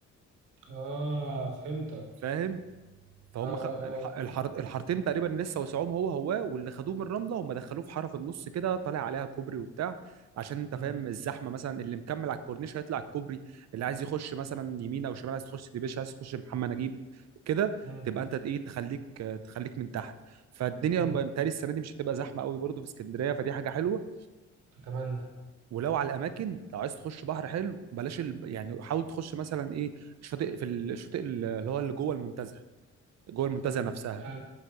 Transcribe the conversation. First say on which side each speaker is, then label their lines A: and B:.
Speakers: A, on the right (about 85°); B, on the right (about 60°).
A: اه فهمتك
B: فاهم فهم
A: اه
B: خ... الح...
A: اه اه فهمت
B: الحر... الحارتين تقريبا لسه وسعوهم هو هو واللي خدوه من الرمله هم دخلوه في حاره في النص كده طالع عليها كوبري وبتاع عشان انت
A: امم
B: فاهم الزحمه مثلا اللي مكمل على الكورنيش هيطلع الكوبري اللي عايز يخش مثلا يمين او شمال عايز تخش ديبيش عايز تخش محمد نجيب كده
A: امم
B: تبقى انت ايه تخليك تخليك من تحت فالدنيا
A: امم
B: متهيألي السنه دي مش هتبقى زحمه قوي برضه في اسكندريه فدي حاجه حلوه
A: اتمنى
B: ولو على الاماكن لو عايز تخش بحر حلو بلاش ال... يعني حاول تخش مثلا ايه الشاطئ في الشاطئ اللي هو اللي جوه المنتزه جوه المنتزه نفسها
A: يعني